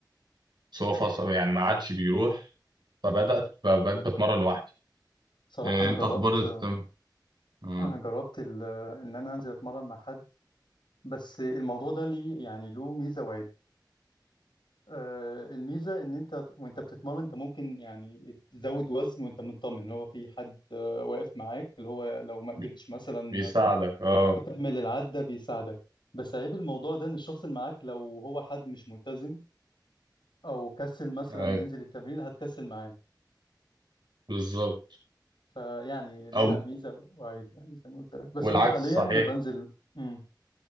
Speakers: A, on the right (about 70°); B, on the left (about 90°).
A: بس هو فصل يعني ما عادش بيروح فبدات ب- بقيت بتمرن لوحدي
B: صراحة
A: إيه،
B: أنا
A: انت
B: جربت
A: اخبار التم آه،
B: أنا جربت ال... إن أنا أنزل أتمرن مع حد بس الموضوع ده ليه يعني له ميزة وعيب آه الميزة ان انت وانت بتتمرن انت ممكن يعني تزود وزن وانت مطمن اللي هو في حد آه واقف معاك اللي هو لو ما قدرتش
A: بي-
B: مثلا
A: بيساعدك اه
B: تكمل العدة بيساعدك بس عيب الموضوع ده ان الشخص اللي معاك لو هو حد مش ملتزم او كسل مثلا
A: ايوه
B: ينزل التمرين هتكسل معاه
A: بالظبط
B: فيعني ليها
A: او
B: ميزة وعيب يعني زي ما قلت لك بس
A: والعكس
B: انا حاليا
A: صحيح
B: بنزل امم